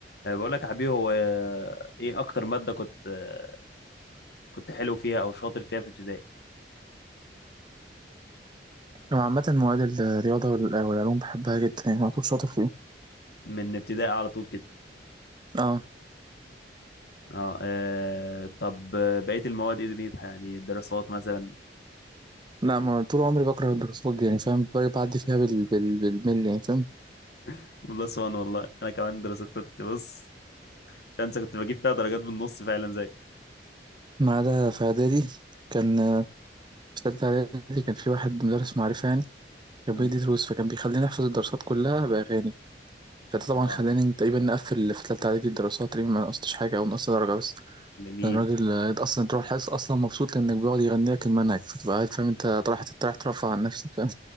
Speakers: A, on the left; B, on the right.
A: آه، بقول لك يا حبيبي هو آه، ايه اكتر ماده كنت آه، كنت حلو فيها او شاطر فيها في ابتدائي
B: أنا عامة مواد الرياضة وال- والعلوم بحبها جدا يعني على طول شاطر فيها
A: من ابتدائي على طول كده
B: اه
A: اه آه، طب آه، بقيه المواد ايه دنيتها يعني الدراسات مثلا
B: لا ما طول عمري بكره الدراسات دي يعني فاهم ب- بعدي فيها بال... بال... بالملي يعني فاهم
A: <laughs> بلس وان والله انا كمان دراسات كنت بص عشان انت كنت بجيب فيها درجات بالنص فعلا زي
B: ما عدا في إعدادي كان آه، في تالتة إعدادي كان في واحد مدرس معرفة يعني كان
A: امم
B: بيدي دروس فكان بيخليني أحفظ الدراسات كلها بأغاني فده
A: اه
B: طبعا خلاني تقريبا نقفل في تالتة إعدادي الدراسات تقريبا ما نقصتش حاجة أو نقصت درجة بس
A: جميل
B: كان راجل آه، أصلا تروح الحصة أصلا مبسوط لأنك بيقعد يغني لك المنهج فتبقى قاعد فاهم أنت رايح رايح ترفع عن نفسك فاهم